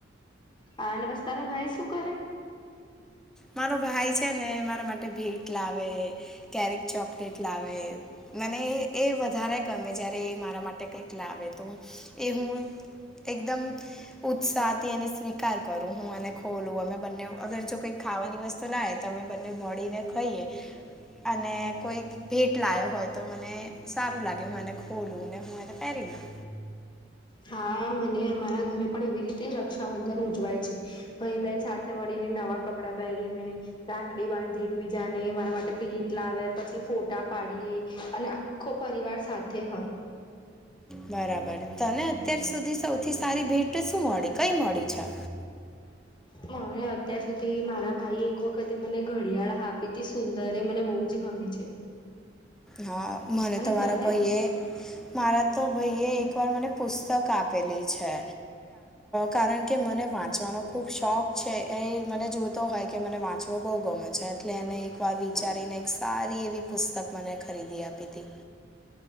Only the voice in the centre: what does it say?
મારો ભાઈ છે ને મારા માટે ભેટ લાવે કતારૅક ચોકલેટ લાવે મને એ વધારે ગમે જ્યારે એ મારા માટે કંઈક લાવે તો એ હું એકદમ ઉત્સાહ થી એને સ્વીકાર કરું હું એને ખોલું અમે બંનેવ અગર જો કઈક ખાવાની વસ્તુ લાવૅ તો અમે બંને મડીને ખાઈએ અને કોઈ ભેટ લાયો હોય તો મને સારું લાગે હું એને ખોલું ને હું એને પહેરી લઉં
બરાબર તને અત્યાર સુધી સૌથી સારી ભેટ શું મળી કઈ મળી છે
હા મને
તો મારા
ભાઈએ મારા તો ભાઈએ એક વાર મને પુસ્તક આપેલી છે કારણ કે મને વાંચવાનો ખુબ શોખ છે એ મને જોતો હોય કે મને વાંચ તો બહુ ગમે છે એટલે એને એક વાર વિચારીને એક સારી એવી પુસ્તક મને ખરીદી આપી હતી